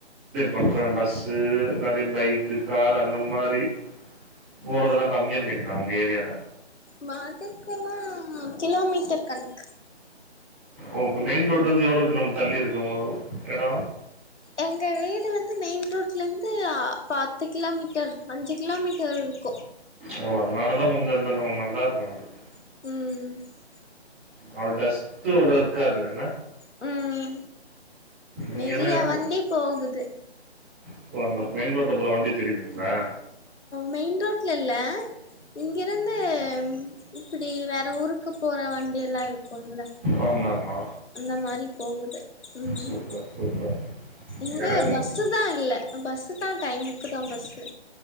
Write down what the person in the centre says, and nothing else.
பண்றே பஸ்ஸூ நெறைய பைக்கு கார் அந்த மாரி போறதடம் கம்மியாந்ருட்டே உங்க ஏரியால
ஓ மெயின் ரோட்ல இருந்து எவ்ளவுக்கு நம்ம தள்ளி இருக்கு உங்க இட
ஓ அதனாலதா கொஞ்ச இந்த அவுங் நல்லா இருக்கு உங்களுக்கு
அவ்ளவு டஸ்ட் வுட இருக்காது என்ன
இங்கனா
எப்போ
இப்ப அந்த மெயின் ரோட்ல போற வண்டி தெரியுதுங்ளா
ஆமா ஆமா
சூப்பர் சூப்பர்
எனக்கு